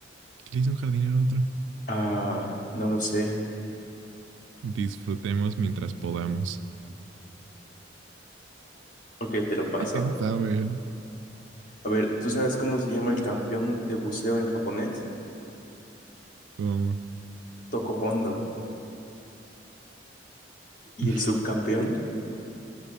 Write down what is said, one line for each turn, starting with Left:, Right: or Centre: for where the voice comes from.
Right: ¿Qué le dice un jardinero a otro?
Left: Ah, no lo sé.
Right: Disfrutemos mientras podamos.
Left: Ok, te lo
Right: <laughs>
Left: paso.
Right: Está bueno.
Left: A ver, ¿tú sabes cómo se llama el campeón de buceo en japonés?
Right: ¿Cómo?
Left: Tocó fondo. ¿Y
Right: <laughs>
Left: el subcampeón?